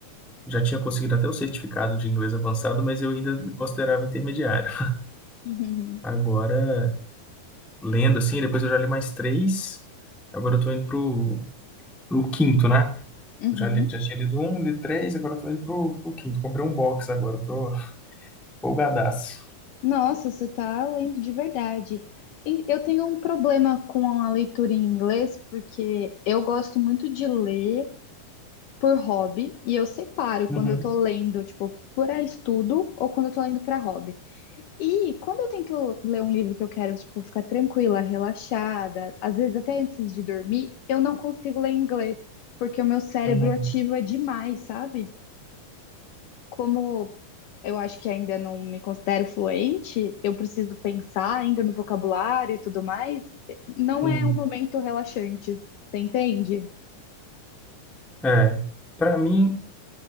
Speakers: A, in the centre; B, on the left (about 75°).
A: já tinha conseguido até o certificado de inglês avançado, mas eu ainda me considerava intermediário.
B: Uhum.
A: Agora, lendo assim, depois eu já li mais três. Agora eu tô indo pro pro quinto, né?
B: Uhum.
A: Eu Já, li- já tinha lido um, li três, agora eu tô indo pro, pro quinto. Comprei um box agora, eu tô empolgadaço.
B: Nossa, você está lendo de verdade. E Eu tenho um problema com a leitura em inglês, porque eu gosto muito de ler por hobby, e eu separo
A: Uhum,
B: quando eu estou lendo, tipo, para estudo ou quando eu estou lendo para hobby. E quando eu tento ler um livro que eu quero, tipo, ficar tranquila, relaxada, às vezes até antes de dormir, eu não consigo ler em inglês, porque o meu cérebro
A: uhum,
B: ativa demais, sabe? Como eu acho que ainda não me considero fluente, eu preciso pensar ainda no vocabulário e tudo mais. Não
A: sim.
B: é um momento relaxante, você entende?
A: É, pra mim,